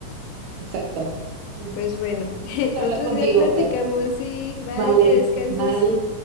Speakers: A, on the right (about 75°); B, on the left (about 85°).
A: exacto. Pues,
B: Pues bueno, <laughs>
A: qué gusto hablar
B: otro
A: contigo,
B: día platicamos
A: Fer.
B: y bye,
A: Vale,
B: que descanses.
A: bye.